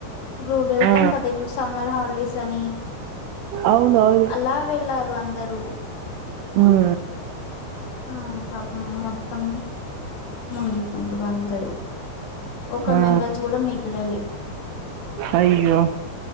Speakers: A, on the left; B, on the right.
A: ఇప్పుడు వెళ్తాం
B: ఆ
A: కదా ఇప్పుడు సమ్మర్ హాలిడేస్ అని
B: అవునవును
A: అలా వెళ్ళారు అందరూ
B: హ్మ్
A: హ్మ్ పాపం మొత్తం మునిగిపోంట అందరు ఒక
B: ఆ
A: మెంబర్స్ కూడ మిగలలే
B: అయ్యో